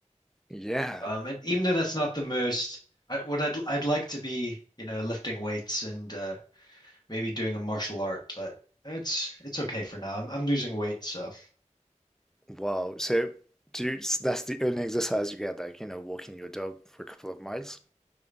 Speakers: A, in the centre; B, on the left.
A: Yeah.
B: Um, and even though that's not the most, I, what I'd I'd like to be, you know, lifting weights and uh, maybe doing a martial art, but it's it's okay for now. I'm I'm losing weight, so.
A: Wow. So do you, s- that's the only exercise you get, like, you know, walking your dog for a couple of miles.